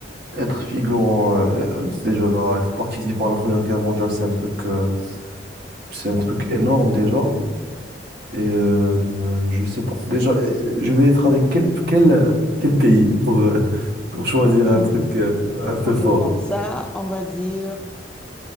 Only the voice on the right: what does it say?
être figurant, euh, euh, déjà être participant à la Première Guerre mondiale, c'est un truc, euh, c'est un truc énorme déjà. Et euh, euh, je sais pas. Déjà, euh, je vais être avec quel, quel, euh, quel pays pour, euh, <laughs> pour choisir
un truc euh, un peu
fort.